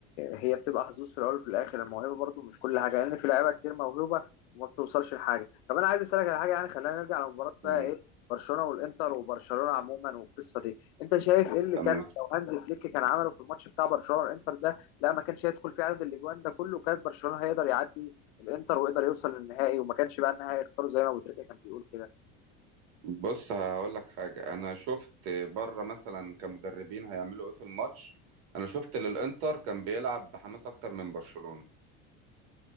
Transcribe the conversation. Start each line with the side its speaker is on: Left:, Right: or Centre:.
Left: هي بتبقى حظوظ في الاول وفي الاخر الموهبه برضو مش كل حاجه لان في لعيبه كتير موهوبه وما بتوصلش لحاجه طب انا عايز اسالك على حاجه يعني خلينا نرجع لمباراه
Right: مم.
Left: بقى ايه برشلونه والانتر وبرشلونه عموما والقصه دي انت شايف ايه اللي
Right: تمام
Left: كان لو هانز فليك كان عمله في الماتش بتاع برشلونه والانتر ده لا ما كانش هيدخل فيه عدد الاجوان ده كله كانت برشلونه هيقدر يعدي الانتر ويقدر يوصل للنهائي وما كانش بقى النهائي يخسره زي ما ابو تريكه كان بيقول كده
Right: بص هقول لك حاجة أنا شفت بره مثلا كمدربين هيعملوا إيه في الماتش أنا شفت اللي الإنتر كان بيلعب بحماس أكتر من برشلونة